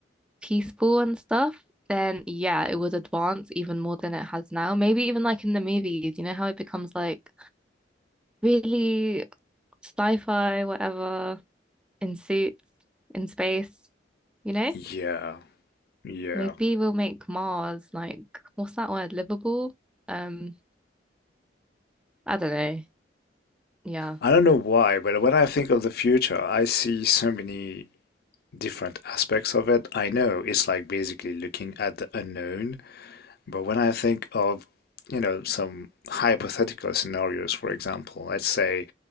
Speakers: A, in the centre; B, on the left.
A: peaceful and stuff, then yeah, it would advance even more than it has now. Maybe even like in the movies, you know how it becomes like really sci-fi, whatever, in suits, in space, you know?
B: Yeah, yeah.
A: Maybe we'll make Mars like what's that word? Livable? Um, I don't know. Yeah.
B: I don't know why, but when I think of the future, I see so many different aspects of it. I know it's like basically looking at the unknown, but when I think of, you know, some hypothetical scenarios, for example, let's say